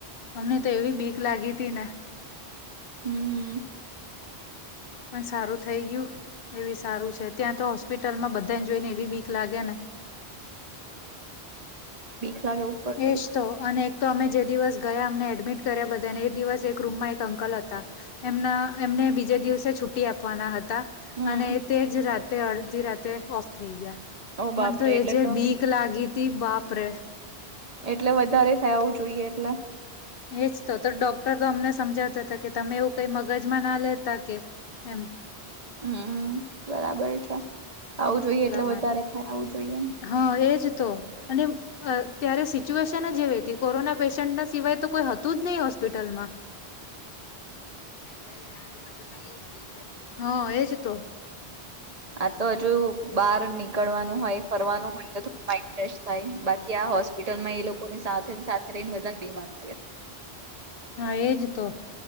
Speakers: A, on the left; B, on the right.
A: અમને તો એવી બીક લાગી હતી ને
B: હમ્મ-હમ્મ.
A: પણ સારું થઈ ગયું એવી સારું છે ત્યાં તો હોસ્પિટલમાં બધાને જોઈ ને એવી બીક લાગે ને
B: લાગેવું પડતી
A: એજ તો અને અમે જે દિવસ ગયા અમ એડમિટ કર્યા બધા દિવસ એક રૂમમાં એક અંકલ હતા એમના એમને બીજે દિવસે છુ્ટટી આપવાના હ
B: હમ.
A: અને તેજ રાતે અડધી રાતે ઓફ થઈ ગયા
B: ઓ બાપરે
A: મને તો
B: એટલે
A: એ જે બીક લાગી ત બાપરે
B: એટલે વધારે થયા હોું જોઈએ એટલે
A: એજ તો તો ડોક્ટર તો અમને સમજાતા હતા કે તમે એવું કઈ મગજમાં ના લેતા કે એમ
B: હમ બરાબર છે આવું જોઈએ
A: એટલા
B: એટલે
A: માટે
B: વધારે થાય આવું જોઈએ
A: હા એજ તો અનેત્યારે સિચ્યુએશન જવી હતી કોરોના પેશન્ટના સિવાય તો કોઈ હતું જ નહી હોસ્પિટલમાં એટલે આજુબાજુમાં એજ દેખાય હા એજ તો
B: આ તો હજુ બહાર નીકળવાનું હોય ફરવાનું <unintelligible> માઈન્ડ ફેશ થાય. બાકી આ હોસ્પિટલમાં એ લોકોની સાથે ન સાથે રઈન વધાર બીમાર પડયત. <inaudible>
A: હા, એજ તો.